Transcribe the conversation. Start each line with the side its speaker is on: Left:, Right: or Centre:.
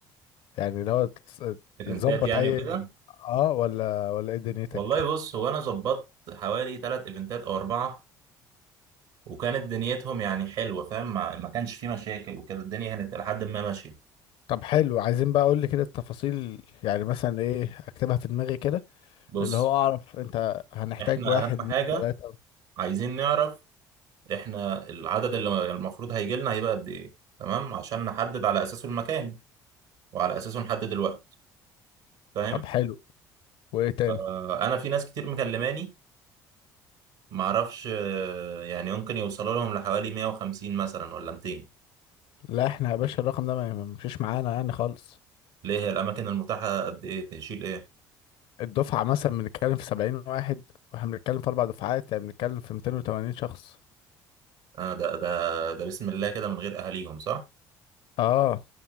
Left: يعني اللي هو تس-
Right: ايفنتات
Left: تظبط
Right: يعني
Left: اي
Right: وكده
Left: اه ولا ولا ايه دنيتك
Right: والله بص هو انا ظبطت حوالي ثلاث ايفنتات او اربعه وكانت دنيتهم يعني حلوه فاهم ما ما كانش في مشاكل وكده الدنيا كانت لحد ما ماشيه
Left: طب حلو عايزين بقى اقول لي كده التفاصيل يعني مثلا ايه اكتبها في دماغي كده
Right: بص
Left: اللي هو اعرف انت هنحتاج
Right: احنا
Left: واحد
Right: اهم
Left: اتنين
Right: حاجه
Left: تلاتة
Right: عايزين نعرف احنا العدد اللي المفروض هيجي لنا هيبقى قد ايه تمام عشان نحدد على اساسه المكان وعلى اساسه نحدد الوقت فاهم
Left: طب حلو وايه تاني
Right: آه، انا في ناس كتير مكلماني معرفش آه، يعني ممكن يوصلوا لهم لحوالي 150 مثلا ولا 200
Left: لا احنا يا باشا الرقم ده ما يمشيش معانا يعني خالص
Right: ليه هي الاماكن المتاحه قد ايه تشيل ايه
Left: الدفعة مثلا بنتكلم في سبعين واحد واحنا بنتكلم في أربع دفعات يعني بنتكلم في ميتين وتمانين شخص
Right: آه ده ده ده بسم الله كده من غير اهاليهم صح
Left: اه